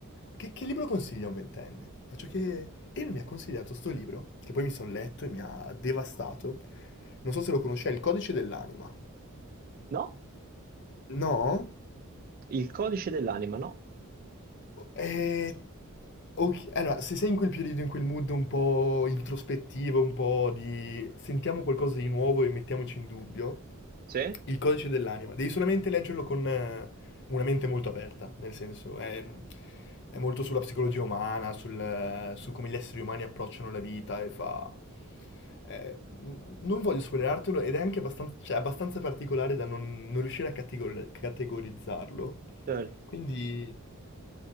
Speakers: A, on the left; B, on the right.
A: che, che libro consiglia a un ventenne? Faccio che... E lui mi ha consigliato sto libro, che poi mi sono letto e mi ha devastato. Non so se lo conosce, è Il codice dell'anima.
B: No,
A: No?
B: il codice dell'anima, no?
A: Eh, ok, Allora, se sei in quel periodo, in quel mood un po' introspettivo, un po' di sentiamo qualcosa di nuovo e mettiamoci in dubbio,
B: Sì,
A: il codice dell'anima, devi solamente leggerlo con eh, una mente molto aperta, nel senso è, è molto sulla psicologia umana, sul, eh, su come gli esseri umani approcciano la vita e fa... eh, n- non voglio spoilerartelo ed è anche abbastanza, cioè, abbastanza particolare da non, non riuscire a categori- categorizzarlo.
B: certo.
A: Quindi